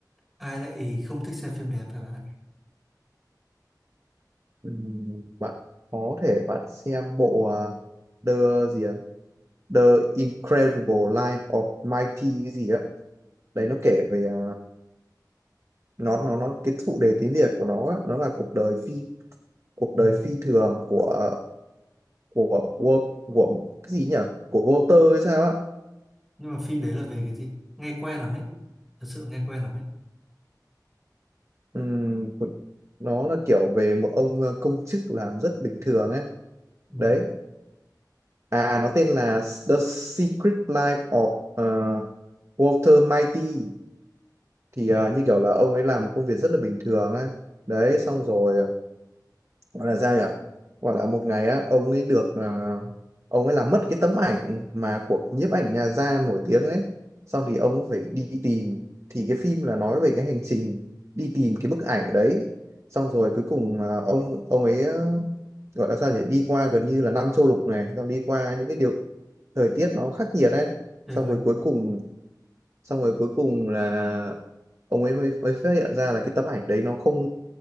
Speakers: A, in the centre; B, on the right.
A: ai lại không thích xem phim đẹp hả bạn
B: Ừm, bạn có thể bạn xem bộ à, The gì ạ The Incredible Life of Mighty cái gì á đấy nó kể về à, nó nó nó cái phụ đề tiếng Việt của nó á, nó là cuộc đời phi cuộc
A: ừ.
B: đời phi thường của của của, của cái gì nhỉ của Walter hay sao á
A: nhưng mà phim đấy là về cái gì nghe quen lắm ấy thật sự nghe quen lắm ấy
B: Ừm, nó là kiểu về một ông ờ, công chức làm rất bình thường ấy
A: ừ.
B: đấy à nó tên là The Secret Life of ờ, Walter Mighty thì
A: ừ,
B: à, như kiểu là ông ấy làm một công việc rất là bình thường á đấy xong rồi gọi là sao nhỉ gọi là một ngày á ông ấy được à, ông ấy làm mất cái tấm ảnh mà của nhiếp ảnh nhà gia nổi tiếng ấy xong thì ông ấy phải đi tìm thì cái phim là nói về cái hành trình đi tìm cái bức ảnh đấy xong rồi cuối cùng à, ông ông ấy à, gọi là sao nhỉ đi qua gần như là năm châu lục này xong đi qua những cái điều thời tiết nó khắc nghiệt ấy
A: trời
B: xong
A: ơi
B: rồi cuối cùng xong rồi cuối cùng là ông ấy mới, mới phát hiện ra là cái tấm ảnh đấy nó không